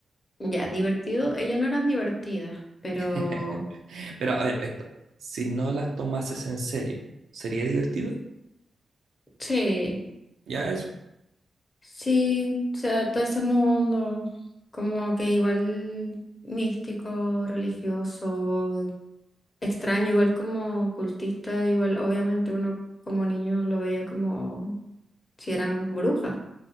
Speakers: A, on the left; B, on the right.
A: ya, divertido. Ellas no eran divertidas, pero
B: <laughs> Pero a ver, esto. Si no las tomases en serio, ¿sería divertido?
A: sí,
B: Ya eso.
A: sí, o sea, todo ese mundo, como que igual místico, religioso, extraño, igual como cultista, igual obviamente uno como niño lo veía como si eran brujas,